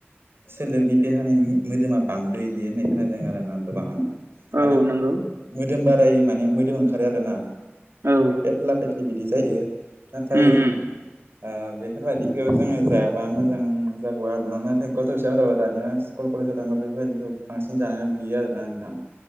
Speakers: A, on the right (about 65°); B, on the right (about 90°).
A: सोलेरनि देहानि मोदोमा बांदो इदि होनो। खोनादों आरोना गोबांआनो
B: औ
A: माने
B: नंगौ
A: मोदोम बारायो माने मोदोम ओंखारो आरो ना।
B: औ।
A: फेथ्ला फेथ्लि बिदि जायो नाथाय
B: उम उम
A: ओ बेफोरबायदिखौ जोंङो जायाबा मोजां जागौ आरोना नाथाय गथ' फिसाफोराबो दानिया स्कुल कलेजाव थांब्ला बेफोरबायदिखौ बांसिन जानानै बियो आरोना नोंथां।